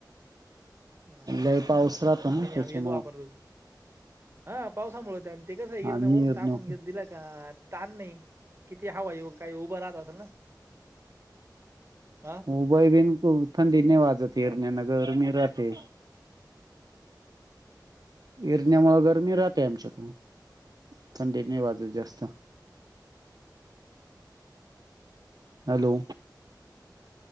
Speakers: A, on the right (about 35°); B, on the right (about 55°).
A: हा
B: लय
A: ना
B: पाऊस राहतो ना
A: आम्ही नाही
B: त्याच्यामुळं
A: आम्ही येत वापरतो ह. पावसामुळे होते आणि ते कसं हिरण
B: आम्ही
A: वरून
B: इरण्या
A: टाकून घेत दिला का. ताण नाही किती हवां ये काही उभं राहत असल ना. हा
B: उभय ब थंडी नाही वाजते हिरण्यान गरमी राहते. हरण्यामुं गरमी राहतेय आमच्याकड थंडी नाही वाजत जास्त.
A: <inaudible>
B: हॅलो!.